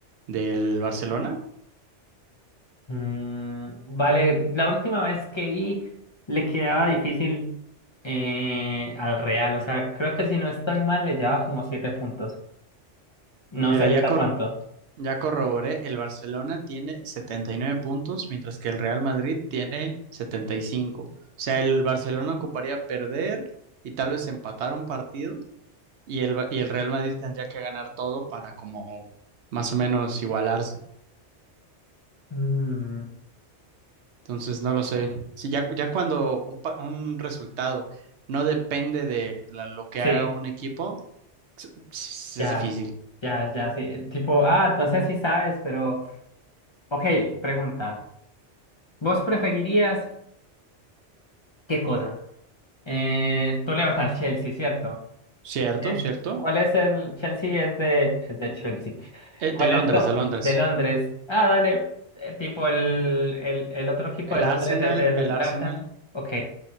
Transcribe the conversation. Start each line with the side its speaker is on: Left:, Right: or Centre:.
Right: del Barcelona.
Left: Mm, vale, la última vez que vi le quedaba difícil eh, al Real, o sea, creo que si no estoy mal le llevaba como siete puntos. No
Right: Mira,
Left: sé ahorita
Right: ya, cor-
Left: cuánto.
Right: ya corroboré, el Barcelona tiene 79 puntos, mientras que el Real Madrid tiene 75. O sea, el Barcelona ocuparía perder y tal vez empatar un partido y el, Ba- y el Real Madrid tendría que ganar todo para como más o menos igualarse.
Left: Mm,
Right: Entonces, no lo sé. Si ya, ya cuando un, pa- un resultado no depende de la- lo que
Left: sí,
Right: haga un equipo, s- s-
Left: ya,
Right: es difícil.
Left: ya, ya, sí. Tipo, ah, no sé si sabes, pero, ok, pregunta. ¿Vos preferirías qué cosa? Eh, tú le vas al Chelsea, ¿cierto?
Right: ¿Cierto?
Left: Eh,
Right: ¿Cierto?
Left: ¿cuál es el Chelsea? Es de, es de Chelsea.
Right: Eh,
Left: ¿Cuál
Right: de Londres,
Left: es como?
Right: de Londres.
Left: De Londres. Ah, dale. Eh, tipo el, el, el otro equipo
Right: El
Left: de Londres
Right: Arsenal,
Left: es el,
Right: el
Left: el
Right: Arsenal.
Left: Arsenal. Ok.